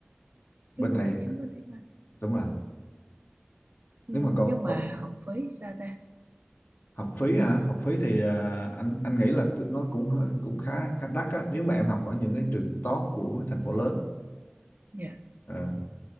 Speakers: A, on the left; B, on the right.
A: bên
B: chứng minh
A: này
B: tài chính có tiếng Anh
A: đúng rồi
B: ừ,
A: nếu
B: nhưng
A: mà còn
B: mà
A: còn
B: học phí sao ta
A: học phí hả học phí thì ờ, anh anh nghĩ là tự- nó cũng hơi- cũng khá khá đắt á nếu mà em học ở những cái trường top của mấy thành phố lớn
B: dạ
A: Ờ,